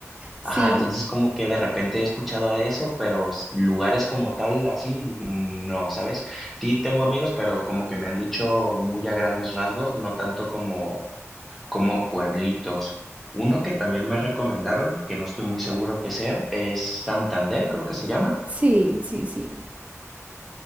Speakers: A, on the right; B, in the centre.
A: Sí,
B: Ajá, entonces como que de repente he escuchado a eso, pero s- lugares como tal, así, no, ¿sabes? Sí tengo amigos, pero como que me han dicho muy a grandes rasgos, no tanto como, como pueblitos. Uno que también me recomendaron, que no estoy muy seguro que sea, es Santander, creo que se llama.
A: sí, sí, sí.